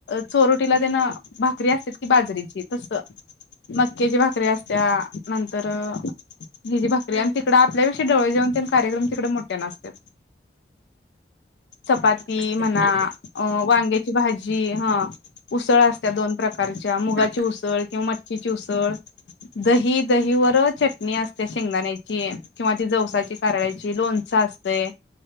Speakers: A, on the left; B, on the right.
A: चोरटीला त्यांना
B: हं,
A: भाकरी अस की बाजरीची तस. मक्याची भाकरी असत्या नंतर हि जी भाकरी
B: हं.
A: आणि तिकड लयमोट तीकड ढवळे जाेऊन कार्यक्रम तिकडे मोठ्ठा आसतय. चपाती
B: असते
A: म्हणा
B: का?
A: अ वांग्याची भाजी ह उसळ अस. त्या दोन प्रकारच्या मुगाची
B: हं,
A: उसळ किंवा मटकीची उसळ दही, दहीबरोबर चटणी असते, शेंगदाण्याची किंवा ती जवसाची, कारळ्याची, लोणच असते. य,